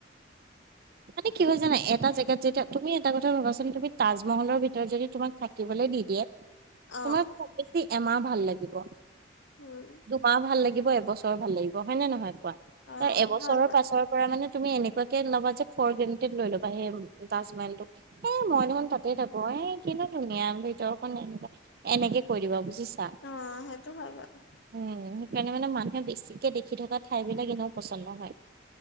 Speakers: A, on the right; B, on the left.
A: মানে কি হয় জানা এটা জেগাত যেতিয়া তুমি এটা কথা ভাবাচোন তুমি তাজমহলৰ ভিতৰত যদি তোমাক থাকিবলৈ দিদিয়ে
B: অ
A: তোমাৰ খুব বেছি এমাহ ভাল লাগিব।
B: উম।
A: দুমাহ ভাল লাগিব। এবছৰ ভাল লাগিব হয় নে নহয় কোৱা
B: অ
A: তাৰ এবছৰৰ
B: হয় বাৰু
A: পাছৰ মানে তুমি এনেকুৱাকে ল'বা যে ফৰ গ্ৰেনটেত লৈ ল'বা সেই তাজমেহেল টো এ মই দেখোন তাতে থাকো এ কিনো ধুনীয়া ভিতৰখন <unintelligible> এনেকে কৈ দিবা বুজিছা।
B: অ, সেইটো হয় বাৰু।
A: উম, সেইকাৰণে মানে মানুহে বেছিকে দেখি থকা ঠাই বিলাক এনেও পচন্দ নহয়।